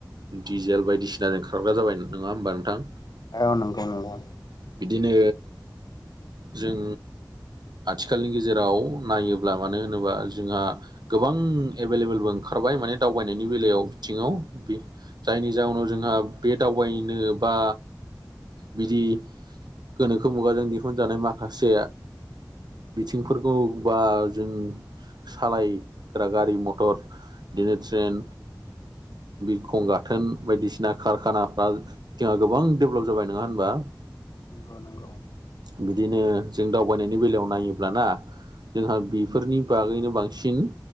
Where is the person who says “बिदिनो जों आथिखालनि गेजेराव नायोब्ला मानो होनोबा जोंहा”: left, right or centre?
Right